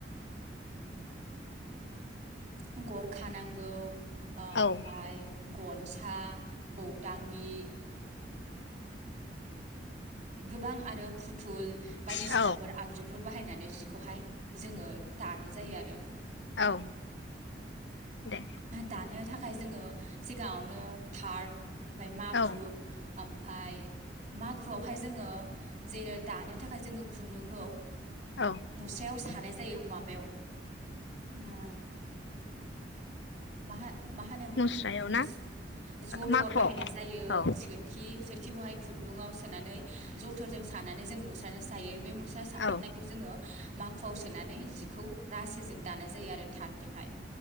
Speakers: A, on the right; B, on the left.
A: <inaudible> गरखा नांगौ ओमफाय
B: औ
A: गर गसा बौदांगि गोबां आरो फुथुल बायदिसिनाफोर
B: औ
A: आगजु फोर बाहायनानै जिखौहाय जोङो दानाय जायो आरो
B: औ दे
A: दानो थाखाय जोङो सिगाङावनो थार ओमफाय माखु
B: औ
A: ओमफाय माखुआवहाय जोङो जेरै दानो थाखाय जोङो खुन्दुंखौ
B: औ
A: मुस्रायाव सा नाय जायो माबायाव ओ मा होनो
B: मुस्रायाव ना
A: जथर
B: माखुआव
A: बाहायनाय जायो
B: औ
A: सोरखि खि खौहाय खुुंदुंआव सोननानै जथर जों सानानै जों मुसाजों सायो सा साखांनायखौ
B: औ
A: जोङो माखुवआव सोनानै जिखौ रासो जों दानाय जायो आरो थार्दजोंहाय